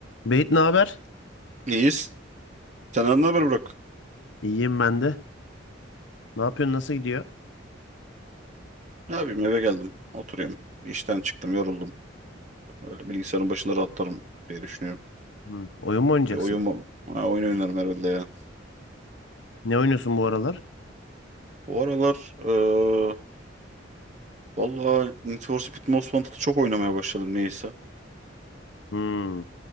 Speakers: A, on the left; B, on the right.
A: Beyt ne haber?
B: İyiyiz. Senden ne haber Burak?
A: İyiyim ben de. Ne yapıyorsun? Nasıl gidiyor?
B: Ne yapayım eve geldim. Oturuyorum. İşten çıktım yoruldum. Öyle bilgisayarın başında rahatlarım diye düşünüyorum.
A: Hı. Oyun mu oynayacaksın?
B: Bir oyun mu? Ha, oyun oynarım herhalde ya.
A: Ne oynuyorsun bu aralar?
B: Bu aralar eee valla Need for Speed Most Wanted'ı çok oynamaya başladım niyeyse.
A: Hı.